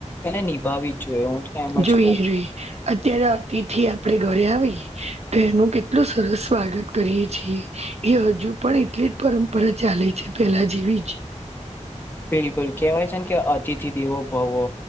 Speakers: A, on the left; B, on the right.
A: એને નિભાવી જ જોઈએ હું એમ
B: જોઈએ
A: જ કવું.
B: જોઈએ અત્યારે અતિથથી આપણેે ઘરે આવી તો એનું કેટલું સરસ સ્વાગત કરીએ છીએ. એ હજુ પણ એટલી જ પરંપરા ચાલે છે પેલા જેવી જ.
A: બિલકુલ કેહેવાય છેને કે અતિથિ દેવો ભવો